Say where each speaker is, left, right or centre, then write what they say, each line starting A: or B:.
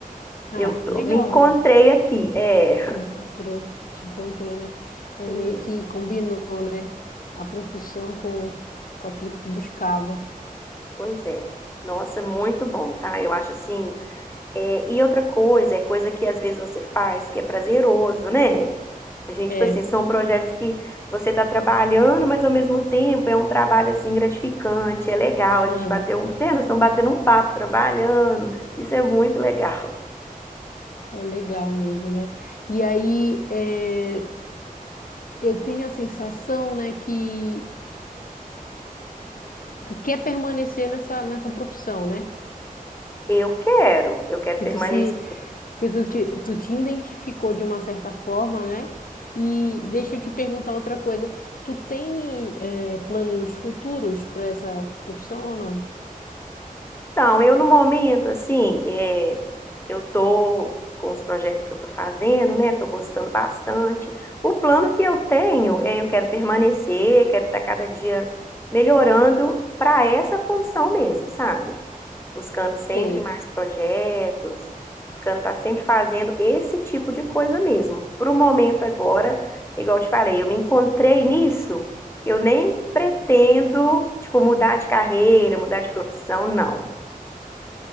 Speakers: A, on the left (about 70°); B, on the left (about 15°).
A: Ah,
B: Eu tô-
A: que legal,
B: me encontrei
A: né?
B: aqui. É.
A: Te encontrou, te encontrou, né? É
B: Hum,
A: meio que combinou, né? A profissão com, com aquilo que tu buscava.
B: Pois é. Nossa, muito bom, tá? Eu acho assim É, e outra coisa, é coisa que às vezes você faz que é prazeroso, né? A gente,
A: É,
B: tipo assim, são projetos que você está trabalhando, mas ao mesmo tempo é um trabalho assim gratificante, é legal. A
A: aham,
B: gente bateu um, né, nós estamos batendo um papo trabalhando, isso é muito legal.
A: é legal mesmo, né? E aí, é, eu tenho a sensação, né, que tu quer permanecer nessa, nessa profissão, né?
B: Eu quero, eu quero
A: Que
B: permanecer.
A: tu se que tu te, tu te identificou de uma certa forma, né? E deixa eu te perguntar outra coisa. Tu tem eh, planos futuros para essa profissão ou não?
B: Então, eu no momento, assim, é, eu tô com os projetos que eu tô fazendo, né? Tô gostando bastante. O plano que eu tenho é eu quero permanecer, quero estar cada dia melhorando para essa função mesmo, sabe? Buscando sempre
A: Tem.
B: mais projetos, buscando estar sempre fazendo esse tipo de coisa mesmo. Pro momento agora, igual eu te falei, eu me encontrei nisso. Eu nem pretendo, tipo, mudar de carreira, mudar de profissão, não.